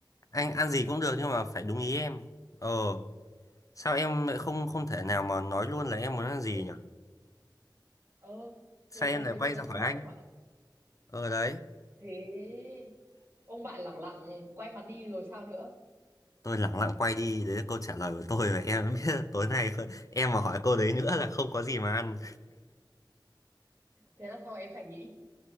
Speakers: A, on the left; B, on the right.
A: anh ăn gì cũng được nhưng mà phải đúng ý em ờ sao em lại không không thể nào mà nói luôn là em muốn ăn gì
B: thế,
A: nhỉ
B: ờ thế,
A: sao em
B: thế
A: lại
B: thế bây
A: quay
B: giờ
A: ra
B: tôi
A: hỏi
B: hỏi
A: anh
B: ông
A: ờ đấy
B: thế ông bạn lẳng lặng quay mặt đi rồi sao nữa
A: tôi lẳng lặng quay đi đấy là câu trả lời của tôi và em <laughs> biết là tối nay không- em mà hỏi câu đấy nữa là không có gì mà ăn
B: thế là xong em phải nghĩ